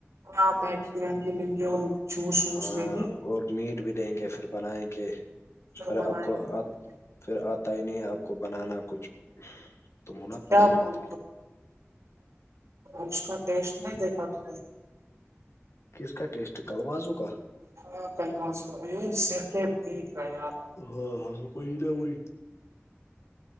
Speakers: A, on the right; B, on the left.
A: ہاں میگ مینگے لے گے اور جوس ووس
B: ہاں
A: لیں گے
B: اور میٹ بھی دیں گے پھر بنائیں گے پھر
A: بنائیں
B: آپ کو
A: گے
B: آپ پھر آتا ہی نہیں آپ کو بنانا کچھ تم ہو نا
A: کیا
B: پاگل
A: بول
B: آدمی
A: اس کا ٹیسٹ نہیں دیکھا تم نے
B: کس کا ٹیسٹ ہے کلمازو کا
A: ہاں کل موسم سیفٹی فیل رہے آپ
B: ہاں وہی نہ وہی